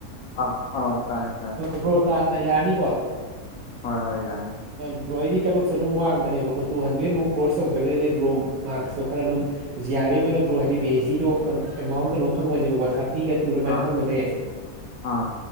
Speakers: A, on the left (about 75°); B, on the right (about 80°).
A: ꯑꯥ ꯑꯥꯎ ꯇꯥꯏ ꯇꯥꯏ
B: ꯕ꯭ꯔꯣ ꯇ ꯌꯥꯅꯤꯀꯣ
A: ꯍꯣꯏ ꯍꯣꯏ ꯌꯥꯟ
B: ꯕ꯭ꯔꯣ ꯑꯩꯗꯤ ꯀꯠ ꯑꯣꯐꯁꯨ ꯑꯗꯨꯝ ꯋꯥꯡꯕꯅꯦꯕꯀꯣ ꯇꯨ ꯍꯟꯗ꯭ꯔꯦꯗꯃꯨꯛ ꯀ꯭ꯔꯣ ꯇꯧꯗ꯭ꯔꯒꯗꯤ ꯕ꯭ꯔꯣ ꯃꯥꯔꯛꯁꯨ ꯈꯔ ꯑꯗꯨꯝ ꯗꯥꯏꯦꯛ ꯑꯣꯏꯅ ꯕꯣ ꯍꯥꯏꯗꯤ ꯄꯤ ꯑꯩꯆ ꯗꯣ ꯀꯩꯅ ꯑꯦꯥꯎꯟ ꯀꯣ ꯐꯪꯒꯅꯦꯕꯀꯣ ꯊꯥꯔ ꯇꯤꯒ ꯇꯨꯔ ꯑꯗꯨꯃꯥꯏꯅ
A: ꯑꯥ
B: ꯐꯪꯕꯅꯦ
A: ꯑꯥ